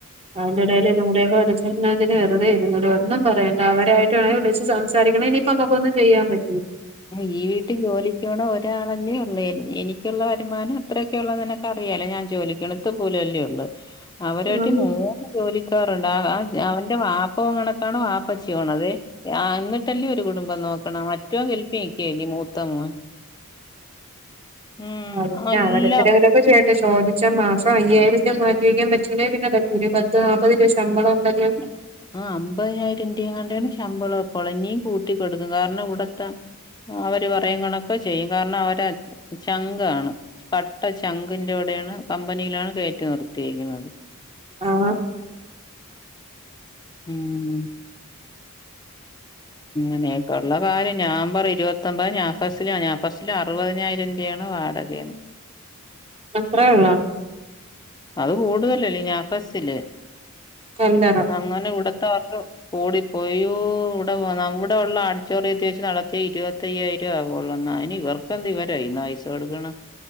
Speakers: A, on the right; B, on the left.
A: അവന്റെ ഇടയിൽ ഇത കൂടെയൊക്കെ വലിച്ചു അതിന് വെറുതെ ഇരുന്നൂടെ ഒന്നും പറേണ്ട അവരായിട്ട് വേണങ്കി വിളച്ച് സംസാരിക്കണേ ഇനിയിപ്പ നമക്കൊന്നും ചെയ്യാൻ പറ്റും
B: ഈ വീട്ടി ജോലി ക്ക് പോണ ഒരാളല്ലേ ഉള്ളൂ എനിക്കുള്ള വരുമാനം അത്രയൊക്കെ ഉള്ള നിനക്ക അറിയാല്ലോ ഞാൻ ജോലിക്ക് ഇത്തി പോലം അല്ലേ ഉള്ളൂ അവരവീട്ടി
A: ഉം.
B: മൂന്ന് ജോലി കറണ്ട് <unintelligible> അവന്റെ വാ അപ്പൊ കണക്കാണ് വാപ്പചിയോണത് എന്നിട്ടല്ലേ ഒരു കുടുംബം നോക്കണ മ മറ്റവൻ ഗൽഫി നിക്കല്ലെ മൂത്ത മോൻ ഉം
A: അതന്നെ
B: എല്ലാം
A: അവരെ എന്തെങ്കിലൊക്കെ ചെയ്യ്ത് ചോദി പക്ഷേ മാസം അയ്യായിരം രൂപ മാറ്റിവെക്കാൻ പറ്റില്ലേൽ പിന്നെ ഒരു പത്ത് നാല്പത് രൂപ ശമ്പളം ഉണ്ടെങ്കിൽ
B: ആ അമ്പതിനായിരം രൂപ എങ്ങടാണ് ശമ്പ ശമ്പളം പൊളഞ്ഞി നി കൂട്ടിക്കൊടുക്കും കാരണം ഇവിടത്തെ അവര് പറയും കണക്കെ ചെയ്യും കാരണം അവരെ ചങ്ക് ആണ് കട്ട ചങ്കിൻ്റോഡണ് കമ്പനിയിലാണ് കയറ്റി നിർത്തിരിക്കുന്നത്
A: ആഹ്
B: ഉം ഉം അനെയക്കള്ള കാര്യംഞാൻ പറയും ഇരുപത്തി ഒമ്പത് നാഫാസില നാഫസില അറുപതിനായിരം രൂപയാണ് വാടക എന്ന്
A: അത്രേ ഉള്ളോ
B: അത് കൂടുതലല്ലെ നാഫസിൽ
A: കല്ലറ
B: അങ്ങനെ ഇവിടത്തെ അവർക്ക് ഓടി പോയൂ ഇവിടെ നമ്മുടെ ഉള്ള ഓഡിറ്റോറിയത്തിൽ വെച്ച് നടത്തിയ ഇരുപത്തയ്യായിരം ആവള്ളൂ എന്നാ ഇനി ഇവർക്കെന്ത് ഇവര കയ്യീന്ന് പൈസ കൊടുക്കുന്ന